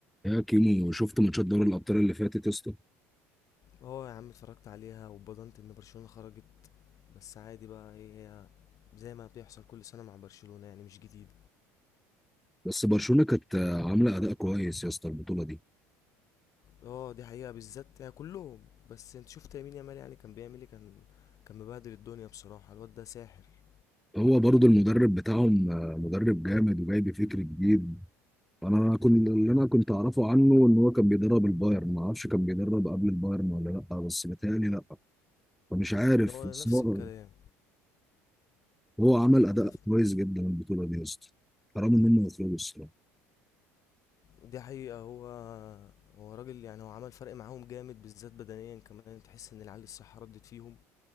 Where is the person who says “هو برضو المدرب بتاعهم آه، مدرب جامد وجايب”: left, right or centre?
Centre